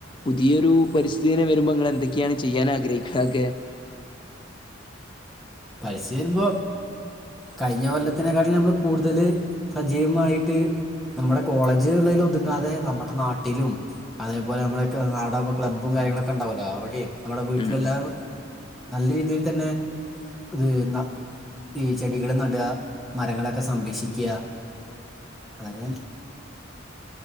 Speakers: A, on the left (about 25°); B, in the centre.
A: പുതിയൊരു പരിസ്ഥിതി ദിനം വരുമ്പോ ഇങ്ങളെന്തൊക്കെയാണ് ചെയ്യാനാഗ്രഹിക്ക്ണെ ഒക്കെ?
B: പരിസ്ഥിതി വരുമ്പോ കഴിഞ്ഞ കൊല്ലത്തിനേക്കാട്ടിലും നമ്മള് കൂടുതല് സജീവമായിട്ട് നമ്മളെ കോളേജുകളില് ഒതുങ്ങാതെ നമ്മുടെ നാട്ടിലും അതേപോലെ നമ്മളെ നാടവുമ്പോ ക്ലബ്ബും കാര്യങ്ങളൊക്കെ ഇണ്ടാവൊല്ലോ അവിടെം നമ്മടെ വീട്ടിലെല്ലാവരും
A: ഉം ഉം
B: നല്ല രീതിയിൽ തന്നെ ഇത് ഈ ചെടികൾ നട മരങ്ങളൊക്കെ സംരക്ഷിക്ക അതക്കെ ത്തന്നെ